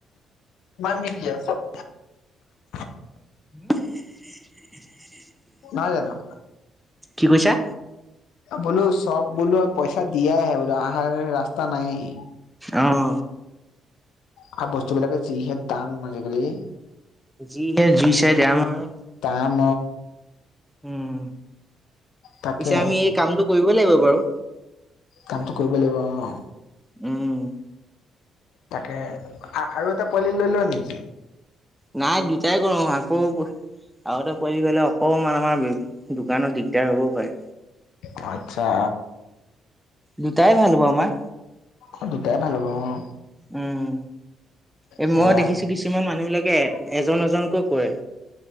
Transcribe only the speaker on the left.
মানকব <unintelligible>
নহয় জানো?
বোলো চব বোলো আৰু পইচা দিয়াই আহে বোলো আহাৰ ৰাস্তা নাইয়ে।
আৰু বস্তুবিলাকে যিহে দাম আজিকালি।
তাম
তাকে
কামটো কৰিব লাগিব অঁ।
তাকে আৰু এটা পোৱালি লৈ লোৱা নেকি?
অঁ, আচ্ছা।
অ দুটাই ভাল হ'ব অ।
সেয়া